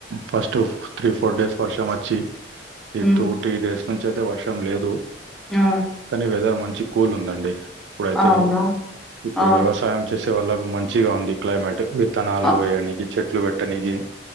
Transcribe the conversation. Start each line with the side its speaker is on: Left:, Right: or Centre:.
Right: ఫస్ట్ త్రీ ఫోర్ డేస్ వర్షం వచ్చి <unintelligible>
Centre: హ్మ్.
Right: త్రీ డేస్ నుంచి అయితే వర్షం లేదు
Centre: ఆ
Right: కానీ వెదర్ మంచి కూల్ ఉందండి ఇప్పుడైతే
Centre: అవును.
Right: ఇప్పుడు
Centre: ఆ!
Right: వ్యవసాయం చే చేసే వాళ్ళకు మంచిగా ఉంది క్లైమేట్ విత్తనాలు
Centre: అ
Right: వేయడానికి చెట్లు పెట్టనికి